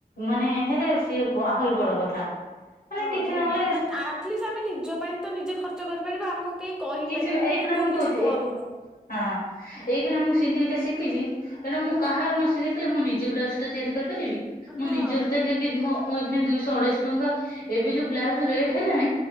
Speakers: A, on the left; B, in the centre.
A: ମାନେ ହେଲେ ସିଏ ଆହୁରି ବଡ କଥା ମାନେ
B: ହଁ
A: କିଛି
B: ନି
A: ନହେଲେ
B: ଆଟଲିଷ୍ଟ ଆମେ ନିଜ ପାଇଁ ତ ନିଜେ ଖର୍ଚ୍ଚ କରିପାରିବା ଆମକୁ କେହି କହିପାରିବେନି
A: କିଛି ନାହି ଏଖାନା
B: କି ତୁ
A: ମୁଁ
B: କିଛି
A: କହୁଛି
B: କରୁନୁ
A: ହଁ ଏାନ ମୁଁ ସିଲେଇ ଟା ଶିଖିଛି ଏଣୁ ମୁଁ କାହାର ନ ସିଲେଇ କଲେ ମୁଁ ନିଜ ବ୍ଲାଉଜ ତ ତିଆରି କରିିବି ିବି ମୁଁ
B: ହଁ
A: ନିଜର ତ ଲ <inaudible> ମୁଁ ଏଇଖ ଦୁଇଶହ ଅଢେଇଶି ଟଙ୍କା ଏବେ ଯୋଉ ବ୍ଲାଉଜ ରେଟ ହେଲାଣି